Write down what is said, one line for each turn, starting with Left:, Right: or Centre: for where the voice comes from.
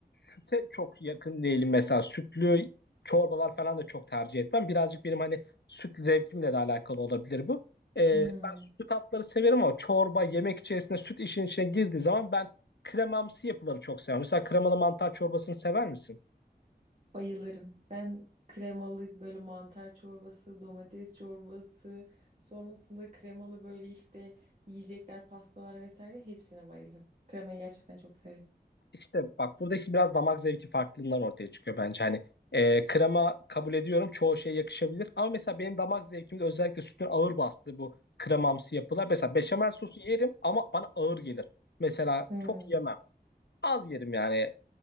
Left: süte çok yakın değilim mesela. Sütlü çorbalar falan da çok tercih etmem. Birazcık benim hani süt zevkimle de alakalı olabilir bu. E,
Right: Hmm.
Left: ben sütlü tatları severim ama çorba yemek içerisinde süt işin içine girdiği zaman ben kremamsı yapıları çok seviyorum. Mesela kremalı mantar çorbasını sever misin?
Right: Bayılırım. Ben kremalı böyle mantar çorbası, domates çorbası, sonrasında kremalı böyle işte yiyecekler, pastalar vesaire hepsine bayılırım. Kremayı gerçekten çok severim.
Left: İşte bak buradaki biraz damak zevki farklılığından ortaya çıkıyor bence. Hani e, krema kabul ediyorum çoğu şeye yakışabilir. Ama mesela benim damak zevkimde özellikle sütün ağır bastığı bu kremamsı yapılar. Mesela beşamel sosu yerim ama bana ağır gelir. Mesela
Right: Hmm.
Left: çok yemem. Az yerim yani.